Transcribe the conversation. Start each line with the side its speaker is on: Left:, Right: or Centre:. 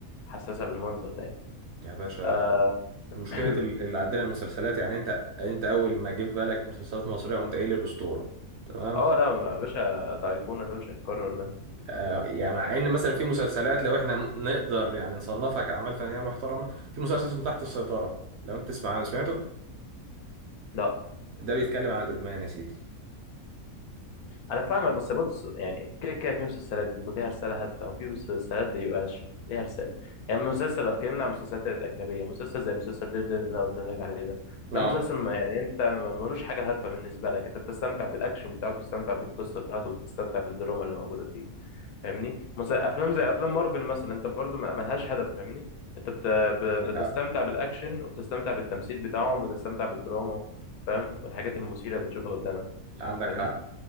Left: حساسه بالمنظر ده يعني.
Right: يا باشا
Left: آه
Right: مشكلة
Left: <clears throat>
Right: ال- اللي عندنا المسلسلات يعني أنت أنت أول ما جه في بالك مسلسلات مصرية قمت قايل الأسطورة تمام
Left: اه لا يا باشا ده ايقونه ده مش هيتكرر ده
Right: آه يعني مع إن مثلا في مسلسلات لو إحنا م- نقدر يعني نصنفها كأعمال فنية محترمة في مسلسل اسمه تحت السيطرة لو أنت تسمع سمعته
Left: لا
Right: ده بيتكلم عن الإدمان يا سيدي
Left: انا فاهمك بس بص يعني كده كده في مسلسلات بيكون ليها رساله هادفه وفي مسلسلات بيبقاش ليها رساله يعني مسلسل لو اتكلمنا عن المسلسلات الاجنبيه مسلسل زي مسلسل دير ديفل اللي انا قلت لك عليه ده
Right: اه
Left: ده مسلسل ما يعني انت ما- ملوش حاجه هادفه بالنسبه لك انت بتستمتع بالاكشن بتاعه بتستمتع بالقصه بتاعته بتستمتع بالدراما اللي موجوده فيه فاهمني مس- افلام زي افلام مارفل مثلا انت برضو ما- ملهاش هدف فاهمني انت بت... ب-
Right: عندك
Left: بتستمتع
Right: حق
Left: بالاكشن وبتستمتع بالتمثيل بتاعهم وبتستمتع بالدراما فاهم والحاجات المثيره بتشوفها قدامك
Right: عندك
Left: فاهمني
Right: حق